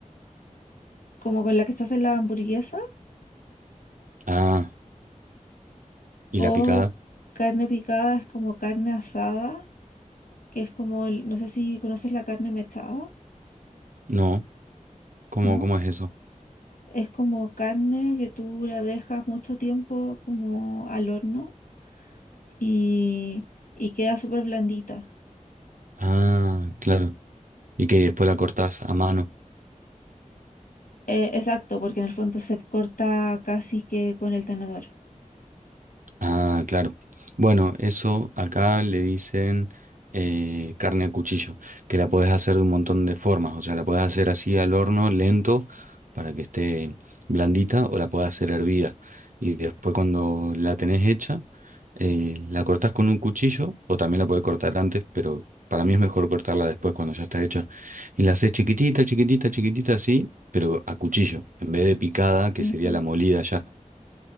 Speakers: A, on the left (about 85°); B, on the right (about 75°).
A: como con la que se hace la hamburguesa,
B: Ah, ¿y la
A: o
B: picada?
A: carne picada es como carne asada, que es como, el- no sé si conoces la carne mechada,
B: No, ¿cómo,
A: ¿no?
B: cómo es eso?
A: Es como carne que tú la dejas mucho tiempo como al horno y, y queda súper blandita.
B: Ah, claro. Y que después la cortás a mano.
A: Eh, exacto, porque en el fondo se corta casi que con el tenedor.
B: Ah, claro. Bueno, eso acá le dicen eh, carne a cuchillo, que la podés hacer de un montón de formas. O sea, la podés hacer así al horno, lento, para que esté blandita, o la podés hacer hervida. Y después cuando la tenés hecha, eh, la cortás con un cuchillo, o también la podés cortar antes, pero para mí es mejor cortarla después cuando ya está hecha. Y la hacés chiquitita, chiquitita, chiquitita así, pero a cuchillo, en vez de picada, que
A: Ujú.
B: sería la molida ya.